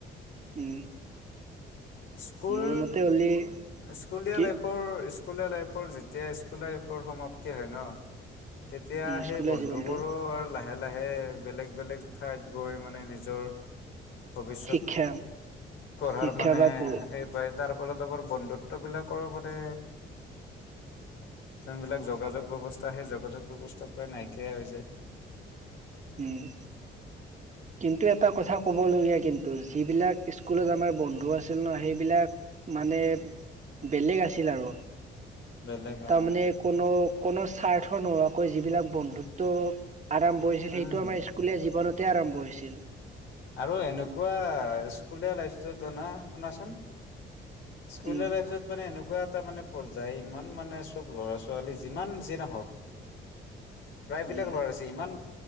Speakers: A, on the right (about 35°); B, on the left (about 70°).
A: উম!
B: স্কুল,
A: মোৰ মতে হ'লে
B: স্কুলীয়া
A: কি
B: লাইফৰ স্কুলীয়া লাইফৰ যেতিয়া স্কুল লাইফৰ সমাপ্তি হয় ন' তেতিয়া
A: উম
B: সেই,
A: স্কুলীয়া
B: বন্ধু
A: জীৱনটো
B: বোৰো আৰু লাহে লাহে বেলেগ বেলেগ ঠাইত গৈ মানে নিজৰ ভৱিষ্যত
A: শিক্ষা
B: গঢ়াৰ
A: শিক্ষা
B: মানে
A: বা উম
B: সেই পাই তাৰ ফলত আমাৰ বন্ধুত্ববিলাকৰো মানে, যোনবিলাক যোগাযোগ ব্যৱস্থা সেই যোগাযোগ ব্যৱস্থা প্ৰায় নাইকিয়া হৈ যায়।
A: উম! কিন্তু, এটা কথা ক'বলগীয়া কিন্তু, যিবিলাক স্কুলত আমাৰ বন্ধু আছিল ন' সেইবিলাক মানে বেলেগ আছিল আৰু।
B: বেলেগ
A: তাৰমানে
B: আহ
A: কোনো কোনো স্বাৰ্থ নোহোৱাকৈ যি বিলাক বন্ধুত্ব আৰম্ভ হৈছিল।
B: উম
A: সেইটো আমাৰ স্কুলীয়া জীৱনত তে আৰম্ভ হৈ ছিল।
B: আৰু এনেকুৱা স্কুলীয়া লাইফটোত ন শুনাচোন। সকুল
A: উম
B: লাইফটোত মানে এনে এনেকুৱা এটা মানে পৰ্যায় ইমান মানে চব ল'ৰা ছোৱালী যিমান যি নহওক। প্ৰায়বিলাক
A: উম
B: ল'ৰাছে ইমান।